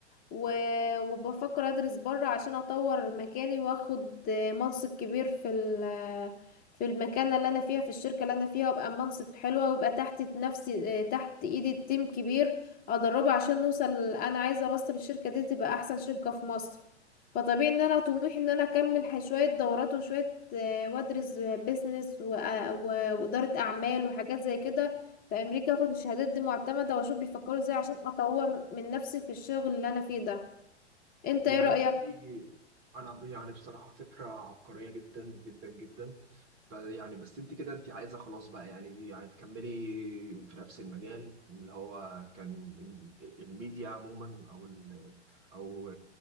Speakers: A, on the left (about 25°); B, on the right (about 35°).
A: و- وبفكر ادرس برا عشان اطور مكاني واخد آه، منصب كبير في ال- في المكانه اللي انا فيها في الشركه اللي انا فيها وابقى منصب حلوه ويبقى تحت نفسي آه، تحت ايدي تيم كبير ادربه عشان نوصل انا عايزه اوصل الشركه دي تبقى احسن شركه في مصر فطبيعي ان انا طموحي ان انا اكمل ح- شوية دورات وشوية آه، وادرس بيزنس و- آه، و- وادارة اعمال وحاجات زي كده في امريكا واخد الشهادات دي معتمدة واشوف بيفكروا ازاي عشان اطور من نفسي في الشغل اللي انا فيه ده انت
B: يعني
A: ايه رأيك
B: انت انا يعني بصراحه فكره عبقريه جدا جدا جدا ف- يعني بس انت كده انت عايزه خلاص بقى يعني يعني تكملي في نفس المجال اللي هو كان ال- الميديا عموما او ال او